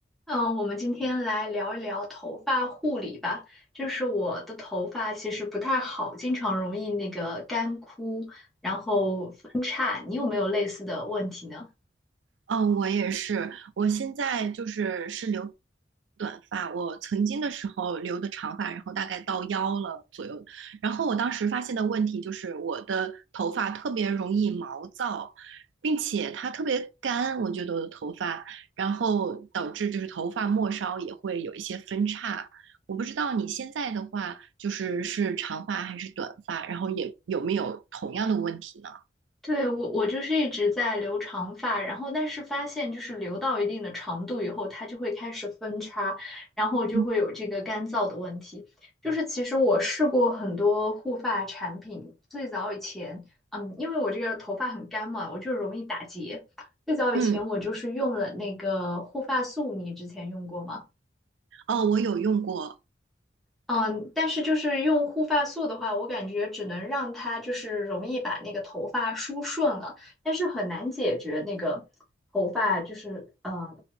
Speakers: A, in the centre; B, on the right.
A: 嗯，呃我们今天来聊一聊头发护理吧。就是我的头发其实不太好，经常容易那个干枯，然后分叉。你有没有类似的问题呢？
B: 哦，我也是。我现在就是是留短发，我曾经的时候留的长发，然后大概到腰了左右。然后我当时发现的问题就是我的头发特别容易毛躁，并且它特别干，我觉得我的头发，然后导致就是头发末梢也会有一些分叉。我不知道你现在的话就是是长发还是短发，然后也有没有同样的问题呢？
A: 对，我我就是一直在留长发，然后但是发现就是留到一定的长度以后，它就会开始分叉，然后就会有这个干燥的问题。
B: 嗯
A: 就是其实我试过很多护发产品，最早以前，嗯，因为我这个头发很干嘛，我就容易打结。最早以前我就是用了那个护发素，
B: 嗯，
A: 你之前用过吗？
B: 哦，我有用过，
A: 嗯，但是就是用护发素的话，我感觉只能让它就是容易把那个头发梳顺了，但是很难解决那个头发就是呃